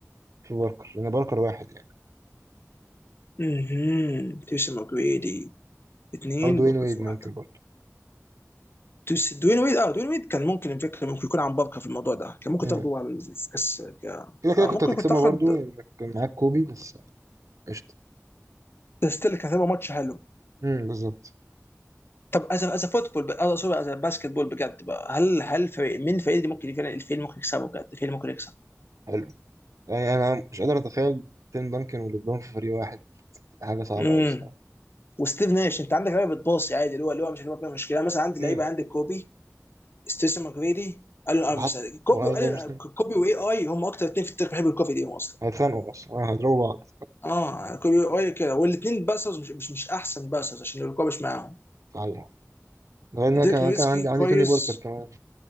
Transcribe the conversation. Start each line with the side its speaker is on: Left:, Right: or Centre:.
Right: في باركر لان باركر واحد يعني
Left: اها تيوسن ماجريدي اثنين
Right: او دوين
Left: بوكر
Right: ويد
Left: في
Right: ممكن
Left: واحده.
Right: برضو
Left: تيوس- دوين ويد اه دوين ويد كان ممكن الفكره ممكن يكون عن بركه في الموضوع ده كان ممكن
Right: مم.
Left: تاخده على الكاس ك-
Right: كده كده
Left: آه
Right: كنت
Left: ممكن
Right: هتكسبها
Left: كنت تاخد
Right: برضو انك كان معاك كوبي بس قشطة
Left: ستيل كان هيبقى ماتش حلو
Right: مم، بالظبط
Left: طب از از فوتبول ب- اه سوري از باسكت بول بجد بقى هل هل فريق من الفريق اللي ممكن فعلا الفريق اللي ممكن يكسبه بجد الفريق اللي ممكن يكسب؟
Right: حلو يعني انا مش قادر اتخيل تيم دانكن وليبرون في فريق واحد حاجة صعبة
Left: امم
Right: قوي الصراحة
Left: وستيف ناش انت عندك لعيبه بتباصي عادي اللي هو اللي هو مش هيبقى مشكله يعني مثلا عندي
Right: مم.
Left: لعيبه عندك كوبي ستيسن ماكريدي الون ايفرسون
Right: وحط
Left: كوبي
Right: وأنا
Left: والون
Right: ده مش
Left: كوبي واي اي هم اكتر اثنين في التاريخ بيحبوا الكوفي دي اصلا
Right: هيتخانقوا اصلا هيضربوا بعض
Left: اه كوبي واي كده والاثنين باسرز مش, مش مش احسن باسرز عشان الكوبي مش معاهم
Right: غالباً. غير ان انا
Left: ديريك
Right: كان
Left: نويتسكي
Right: كان عندي عندي
Left: كويس
Right: توني باركر كمان